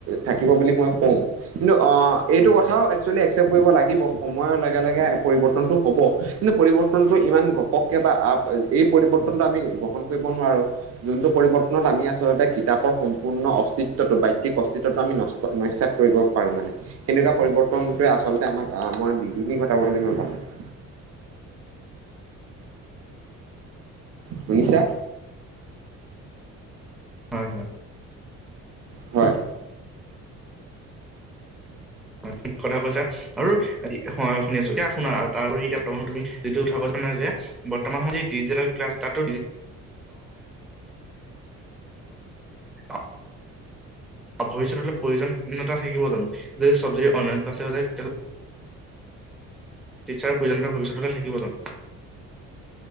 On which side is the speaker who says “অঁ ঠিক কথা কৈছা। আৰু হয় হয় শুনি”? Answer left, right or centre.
Centre